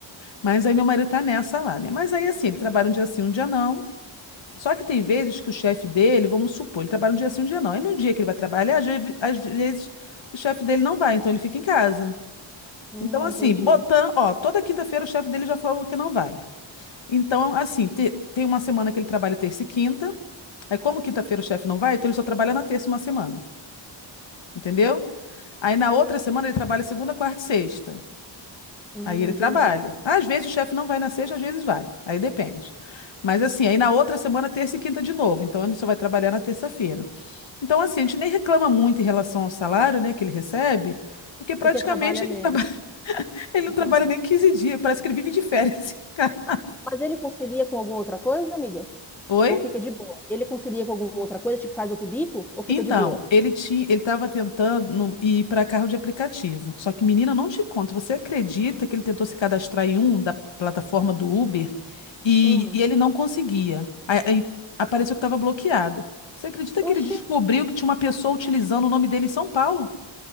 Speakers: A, on the left (about 70°); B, in the centre.
A: Mas aí meu marido tá nessa lá, né? Mas aí assim, ele trabalha um dia sim, um dia não. Só que tem vezes que o chefe dele, vamos supor, ele trabalha um dia sim, um dia não. Aí no dia que ele vai trabalhar, às ve- às vezes o chefe dele não vai, então ele fica em casa.
B: Hum,
A: Então assim,
B: entendi.
A: botando, ó, toda quinta-feira o chefe dele já falou que não vai. Então, assim, te- tem uma semana que ele trabalha terça e quinta. Aí, como quinta-feira o chefe não vai, então ele só trabalha na terça uma semana. Entendeu? Aí, na outra semana, ele trabalha segunda, quarta e sexta.
B: Hum,
A: Aí ele trabalha.
B: entendi.
A: Às vezes o chefe não vai na sexta, às vezes vai. Aí depende. Mas assim, aí na outra semana, terça e quinta de novo. Então ele só vai trabalhar na terça-feira. Então, assim, a gente nem reclama muito em relação ao salário, né, que ele recebe, porque praticamente
B: Porque trabalha menos.
A: ele não trabalha, <laughs> ele não
B: Entendi.
A: trabalha nem 15 dias. Parece que ele vive de férias. <laughs>
B: Mas ele concilia com alguma outra coisa, amiga?
A: Oi?
B: Ou fica de boa? Ele concilia com alguma outra coisa, tipo faz outro bico? Ou fica
A: Então,
B: de boa?
A: ele tinha, ele estava tentando no- ir para carro de aplicativo. Só que, menina, não te conto. Você acredita que ele tentou se cadastrar em um da plataforma do Uber e,
B: Hum.
A: e ele não conseguia? Aí, aí apareceu que estava bloqueado. Você acredita que
B: Oxi.
A: ele descobriu que tinha uma pessoa utilizando o nome dele em São Paulo?